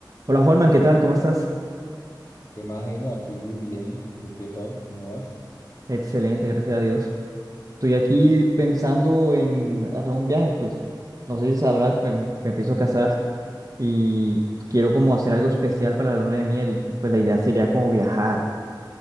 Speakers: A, on the right (about 45°); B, on the left (about 40°).
A: Hola Holman, ¿qué
B: Eh,
A: tal? ¿Cómo estás?
B: ¿Qué más, Genia? Aquí bien. ¿Y tú qué tal? ¿Cómo vas?
A: Excelente, gracias a Dios. Estoy aquí pensando en hacer un viaje, pues no sé si sabrás, pues, me empiezo a casar y quiero como hacer algo especial para la luna de miel y pues la idea sería como viajar,